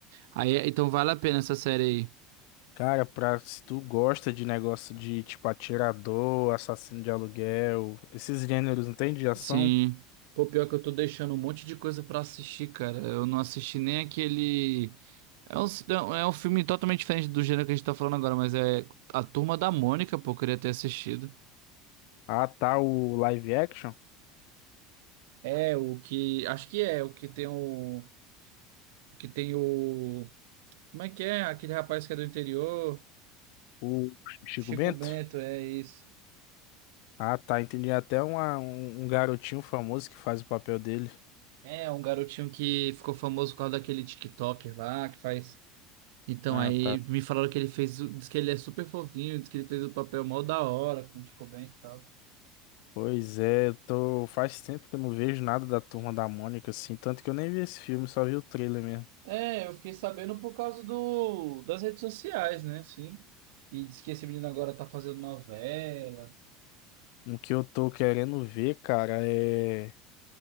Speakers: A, on the right; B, on the left.
A: Aí, então vale a pena essa série aí.
B: Cara, pra, se tu gosta de negócio de tipo atirador, assassino de aluguel, esses gêneros, não tem de ação?
A: Sim. Pô, pior que eu tô deixando um monte de coisa pra assistir, cara. Eu não assisti nem aquele. É um, ci- não, é um filme totalmente diferente do gênero que a gente tá falando agora, mas é A Turma da Mônica, pô, eu queria ter assistido.
B: Ah, tá, o live action,
A: É o que. Acho que é, o que tem o. Que tem o. Como é que é? Aquele rapaz que é do interior.
B: o Chico
A: Chico
B: Bento.
A: Bento, é isso.
B: Ah, tá. Entendi. Até uma- um, um garotinho famoso que faz o papel dele.
A: É, um garotinho que ficou famoso por causa daquele TikToker lá, que faz. Então,
B: Ah,
A: aí
B: tá.
A: me falaram que ele fez, o- diz que ele é super fofinho, diz que ele fez o papel mó da hora, como ficou bem e tal.
B: Pois é, eu tô... faz tempo que eu não vejo nada da Turma da Mônica, assim. Tanto que eu nem vi esse filme, só vi o trailer mesmo.
A: É, eu fiquei sabendo por causa do, das redes sociais, né? Assim. E diz que esse menino agora tá fazendo novela.
B: O que eu tô querendo ver, cara, é.